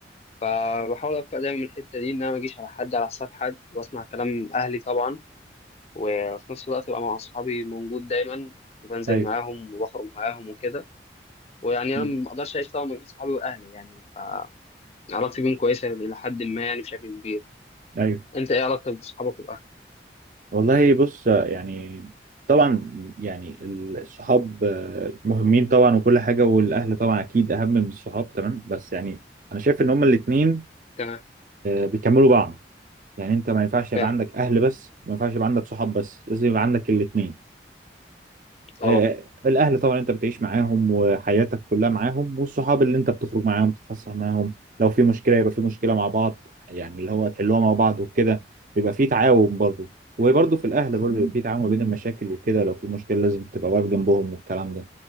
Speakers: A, on the left; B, on the right.
A: فبحاول ابقى دايما من الحته دي ان انا ما اجيش على حد على حساب حد واسمع كلام اهلي طبعا وفي نفس الوقت بقى مع أصحابي موجود دايما وبنزل
B: ايوه
A: معاهم وبخرج معاهم وكده ويعني
B: مم.
A: أنا ما أقدرش أعيش طبعا من غير صحابي وأهلي يعني فعلاقتي بيهم كويسة إلى حد ما يعني بشكل كبير
B: ايوه
A: أنت إيه علاقتك بصحابك وأهلك؟
B: والله بص آه، يعني طبعا يعني الصحاب آه، مهمين طبعا وكل حاجه والاهل طبعا اكيد اهم من الصحاب تمام بس يعني انا شايف ان هما الاثنين
A: تمام
B: بيكملوا بعض يعني انت ما ينفعش يبقى
A: فاهم
B: عندك اهل بس وما ينفعش يبقى عندك صحاب بس لازم يبقى عندك الاثنين
A: طبعا
B: آه، الاهل طبعا انت بتعيش معاهم وحياتك كلها معاهم والصحاب اللي انت بتخرج معاهم تتفسح معاهم لو في مشكله يبقى في مشكله مع بعض يعني اللي هو تحلوها مع بعض وكده بيبقى في تعاون برضه وبرضه في الاهل برضه بيبقى في تعاون ما بين المشاكل وكده لو في مشكله لازم تبقى واقف جنبهم والكلام ده